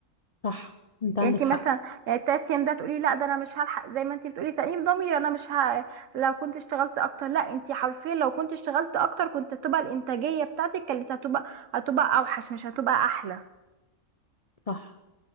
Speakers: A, on the left; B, on the right.
A: صح انت
B: يعني
A: عندك
B: انت
A: حق
B: مثلا يعني التلات ايام ده تقولي لا ده انا مش هلحق زي ما انت بتقولي تأنيب ضمير انا مش ه... لو كنت اشتغلت اكتر لا انت حرفيا لو كنت اشتغلت اكتر كنت هتبقى الانتاجية بتاعتك كانت هتبقى هتبقى اوحش مش هتبقى احلى
A: صح